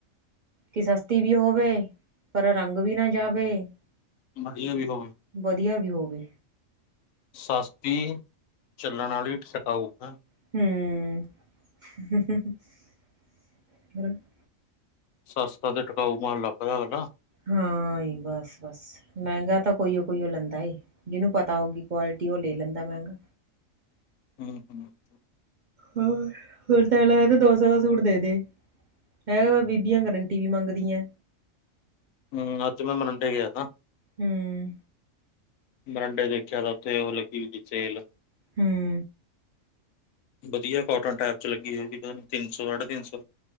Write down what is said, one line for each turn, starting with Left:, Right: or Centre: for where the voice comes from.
Right: ਕਿ ਸਸਤੀ ਵੀ ਹੋਵੇ, ਪਰ ਰੰਗ ਵੀ ਨਾ ਜਾਵੇ।
Left: ਵਧੀਆ ਵੀ ਹੋਵੇ।
Right: ਵਧੀਆ ਵੀ ਹੋਵੇ।
Left: ਸਸਤੀ, ਚੱਲਣ ਵਾਲੀ ਤੇ ਟਕਾਊ। ਹੈਂ।
Right: ਹਂ
Left: ਸਸਤਾ ਤੇ ਟਿਕਾਊ ਮਾਲ ਲੱਭਦਾ ਅਗਲਾ।
Right: ਹਾਂ ਈ ਬਸ ਬਸ। ਮਹਿੰਗਾ ਤਾਂ ਕੋਈਓ ਕੋਈਓ ਲੈਂਦਾ ਏ। ਜਿਹਨੂੰ ਪਤਾ ਹੋਊਗੀ ਕੁਆਲਿਟੀ ਓ ਲੈ ਲੈਂਦਾ ਮਹਿੰਗਾ।
Left: ਹਂ, ਹਂ।
Right: ਹੋਰ, ਫਿਰ ਤਾਂ ਐ ਲੱਗਦਾ ਦੋਸ ਦਾ ਸੂਟ ਦੇ ਦੇ। ਹੈ ਬੀਬੀਆਂ ਗਰੰਟੀ ਵੀ ਮੰਗਦੀਆਂ।
Left: ਹਂ, ਅੱਜ ਮੈਂ ਮਾਰਿੰਡੇ ਗਿਆ ਤਾਂ
Right: ਹਂ।
Left: ਮਰਿੰਡੇ ਦੇਖਿਆ ਤਾਂ ਉੱਥੇ ਉਹ ਲੱਗੀ ਵੀ ਸੇਲ।
Right: ਹਂ।
Left: ਵਧੀਆ ਕੋਟਨ ਟਾਈਪ ਚ ਲੱਗੀ ਹੋਏਗੀ ਪਤਾ ਨ੍ਹੀਂ ਤਿੰਨ ਸੌ, ਸਾਢੇ ਤਿੰਨ ਸੌ।